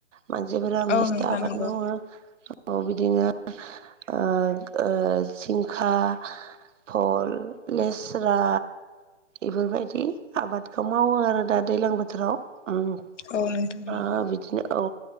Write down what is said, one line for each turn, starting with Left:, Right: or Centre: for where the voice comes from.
Right: मानसिफोरा
Left: औ
Right: मेस्था
Left: नोंथां
Right: आबाद
Left: नंगौ
Right: मावो औ बिदिनो ओ ओ जिंखा भल लेस्रा इफोरबायदि आबादखौ मावो आरो दा दैलां बोथोराव उम
Left: औ नोंथां नंगौ
Right: ओ बिदिनो औ